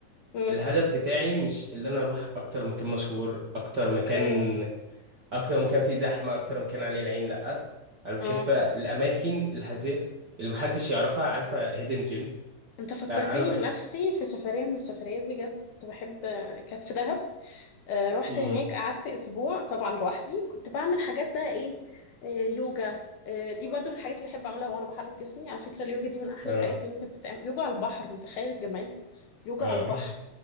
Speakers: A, on the left (about 70°); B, on the right (about 60°).
A: مم.
B: الهدف بتاعي مش اللي أنا أروح أكتر مكان مشهور أكتر مكان
A: اوكي
B: أكتر مكان فيه زحمة أكتر مكان عليه العين لأ أنا بحب
A: اه
B: الأماكن الهادية اللي محدش يعرفها عارفة هيدن جيم
A: انت فكرتني
B: فأنا بحب
A: بنفسي في سفرية من السفريات بجد كنت بحب كانت في دهب آه رحت
B: مم.
A: هناك قعدت اسبوع طبعا لوحدي كنت بعمل حاجات بقى ايه آه يوجا آه دي برضو من الحاجات اللي احب اعملها وانا بحرك جسمي على فكرة اليوجا دي من احلى
B: اه
A: الحاجات اللي ممكن تتعمل يوجا على البحر متخيل الجمال يوجا
B: اه
A: على البحر